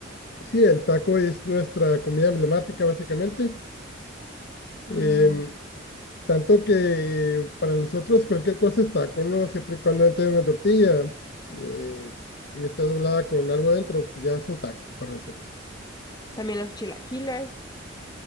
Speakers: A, on the left (about 55°); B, on the left (about 20°).
A: Sí, el taco es nuestra comida emblemática básicamente.
B: Mm,
A: Em, Tanto que para nosotros cualquier cosa es taco, ¿no? Siempre y cuando entre una tortilla eh, y está doblada con algo dentro, ya es un taco para nosotros.
B: también los chilaquiles.